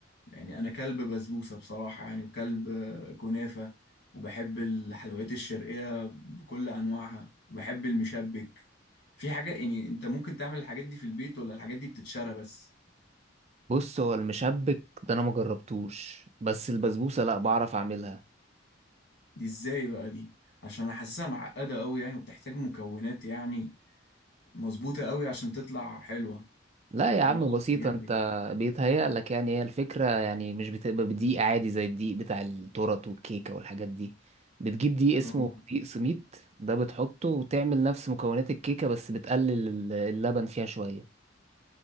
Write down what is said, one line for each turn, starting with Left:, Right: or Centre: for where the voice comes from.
Left: يعني انا كلب بسبوسة بصراحة يعني وكلب آه، كنافة وبحب الحلويات الشرقية بكل انواعها وبحب المشبك في حاجة يعني انت ممكن تعمل الحاجات دي في البيت ولا الحاجات دي بتتشرى بس
Right: بص هو المشبك ده انا مجربتوش بس البسبوسة لا بعرف اعملها
Left: دي ازاي بقى دي عشان انا حاسسها معقدة قوي يعني وبتحتاج مكونات يعني مظبوطة قوي عشان تطلع حلوة
Right: لا يا عم
Left: ولا انا
Right: بسيطة
Left: بتهيألي
Right: انت بيتهيألك يعني هي الفكرة يعني مش بتبقى بدقيق عادي زي الدقيق بتاع التورت والكيكة والحاجات دي بتجيب دقيق اسمه
Left: اه
Right: دقيق سميد ده بتحطه وتعمل نفس مكونات الكيكة بس بتقلل ال- اللبن فيها شوية